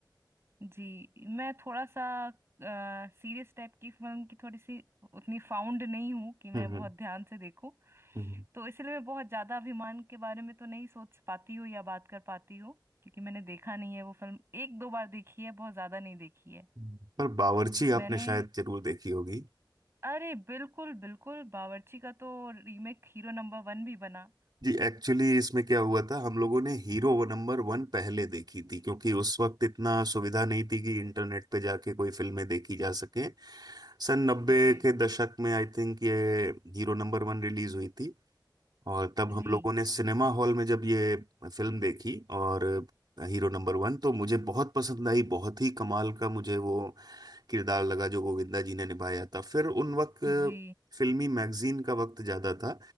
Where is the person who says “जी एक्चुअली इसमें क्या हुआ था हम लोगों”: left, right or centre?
Right